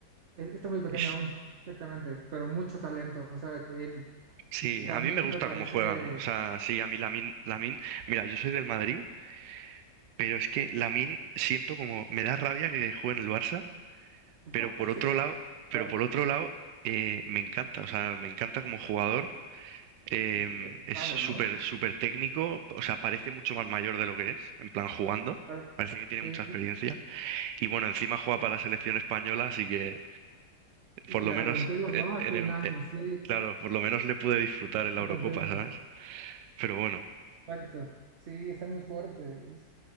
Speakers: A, on the right (about 50°); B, on the right (about 80°).
A: eh, está muy pequeño
B: Y s-
A: aún, exactamente, pero mucho talento, o sea, el,
B: Sí,
A: Lamine
B: a mí me gusta
A: me parece,
B: cómo juegan. O sea, sí, a mí Lamin, Lamin, mira, yo soy del Madrid, pero es que Lamin siento como me da rabia que juegue en el Barça,
A: <laughs>
B: pero por otro
A: sí,
B: lado, pero
A: ah,
B: por otro lado eh, me encanta. O sea, me encanta como jugador. em,
A: sí, es usado,
B: es súper
A: ¿no?
B: súper técnico. O sea, parece mucho más mayor de lo que es, en plan jugando.
A: Claro,
B: Parece que tiene
A: sí,
B: mucha experiencia.
A: sí. sí.
B: Y bueno, encima juega para la selección española, así que
A: Y
B: por lo
A: la
B: menos
A: rompió,
B: en,
A: ¿no? Hace
B: en el,
A: un año, sí,
B: Claro, por lo menos le pude disfrutar
A: fueron
B: en la Eurocopa,
A: campeones.
B: ¿sabes? Pero bueno,
A: Exacto. Sí, está muy fuerte, es-